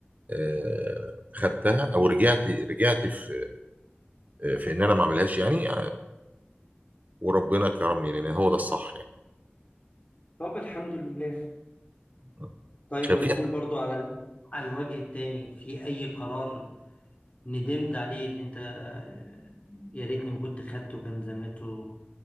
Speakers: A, on the right (about 40°); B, on the left (about 35°).
A: آه، خدتها او رجعت رجعت في في ان انا ما اعملهاش يعني وربنا كرمني لان هو ده الصح يعني
B: طب الحمد لله
A: مم.
B: طيب
A: كان
B: ونقول
A: في
B: برضو على على الوجه التاني في اي قرار ندمت عليه اللي انت آه، يا ريتني ما كنت خدته كان زمانته